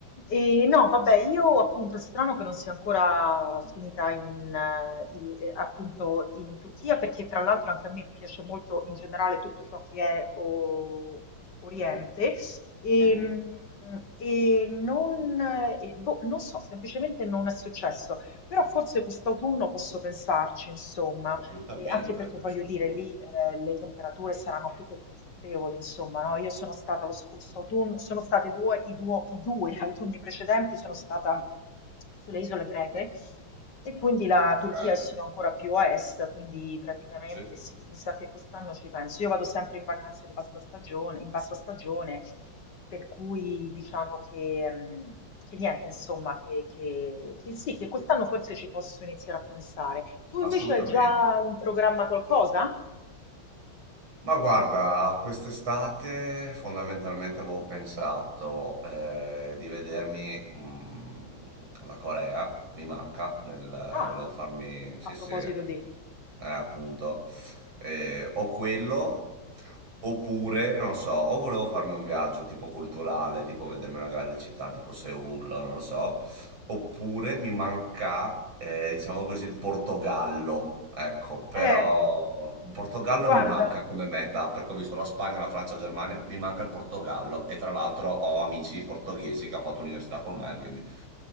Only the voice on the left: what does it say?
E no, vabbè, io appunto è strano che non sia ancora finita in, eh, i- eh, appunto in Turchia, perché tra l'altro anche a me piace molto in generale tutto ciò che è o- Oriente. E,
mm, e non, eh, e boh, non so, semplicemente non è successo, però forse quest'autunno posso pensarci, insomma.
E anche perché voglio
dire, lì eh, le temperature saranno più che confortevoli, insomma, no? Io sono stata lo scorso autunno, sono state due, i, duo- i due <laughs> autunni precedenti, sono stata sulle isole greche e quindi la Turchia
è solo ancora più a est, quindi praticamente
sì, mi sa che quest'anno ci penso. Io vado sempre in vacanza in bassa stagione, in bassa stagione, per cui diciamo che, mm, che niente, insomma, che, che che sì, che quest'anno forse ci posso iniziare a pensare. Tu invece
hai già in programma qualcosa?
Ah,
a proposito
di...
Eh,
guarda.